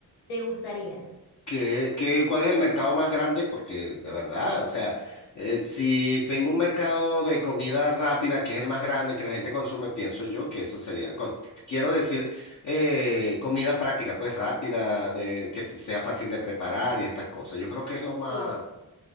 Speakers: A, on the left; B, on the left.
A: te gustaría?
B: ¿Qué, qué, cuál es el mercado más grande? Porque de verdad, o sea, eh, si tengo un mercado de comida rápida que es el más grande que la gente consume, pienso yo que eso sería, co- quiero decir, eh, comida práctica, pues rápida, de, que t- sea fácil de preparar y estas cosas. Yo creo que es lo más,
A: Sí.